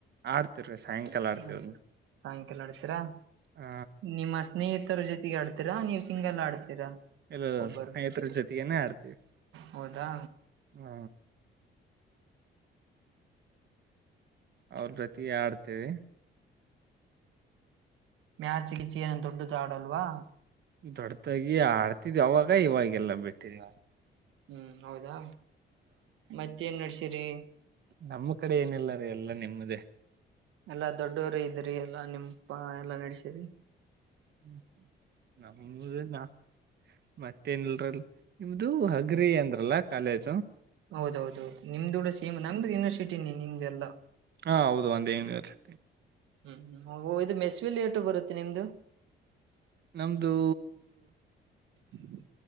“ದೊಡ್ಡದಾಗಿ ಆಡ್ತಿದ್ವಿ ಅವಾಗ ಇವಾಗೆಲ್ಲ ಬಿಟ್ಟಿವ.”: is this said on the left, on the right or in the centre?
Right